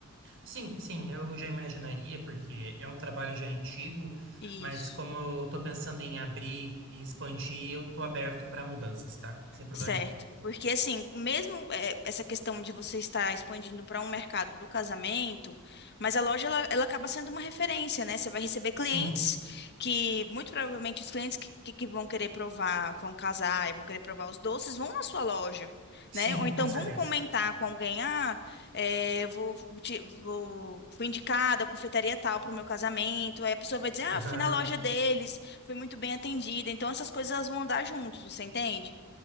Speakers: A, on the right; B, on the left.
A: Sim, sim, eu já imaginaria, porque é um trabalho já antigo,
B: Isso.
A: mas como eu estou pensando em abrir e expandir, eu estou aberto para mudanças, tá? Sem problema
B: Certo.
A: nenhum.
B: Porque, assim, mesmo eh, essa questão de você estar expandindo para um mercado do casamento, mas a loja, ela, ela acaba sendo uma referência, né? Você vai receber clientes
A: Sim,
B: que, muito provavelmente, os clientes que, que que vão querer provar, vão casar e vão querer provar os doces, vão na sua loja,
A: sim,
B: né? Ou então
A: com certeza.
B: vão comentar com alguém, ah, eh, vou, te- vou, fui indicada a confeitaria tal para o meu casamento. Aí a pessoa vai dizer, ah,
A: Aham,
B: fui na loja deles, fui muito bem atendida. Então, essas coisas elas vão andar juntos, você entende?